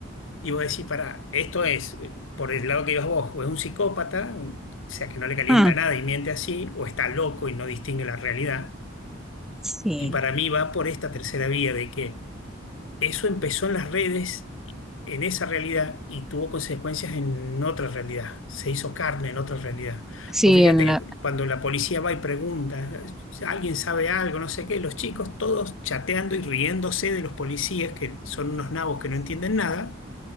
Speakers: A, on the left; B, in the centre.
A: y vos decís, pará, esto es, eh, por el lado que ibas vos, o es un psicópata, o sea, que no le calienta
B: Mm,
A: nada y miente así, o está loco y no distingue la realidad.
B: sí,
A: Y para mí va por esta tercera vía de que Eso empezó en las redes, en esa realidad, y tuvo consecuencias en otra realidad. Se hizo carne en otra realidad.
B: sí,
A: Pues fíjate
B: en
A: que
B: la-
A: cuando la policía va y pregunta, "Si alguien sabe algo, no sé qué, los chicos todos chateando y riéndose de los policías, que son unos nabos que no entienden nada,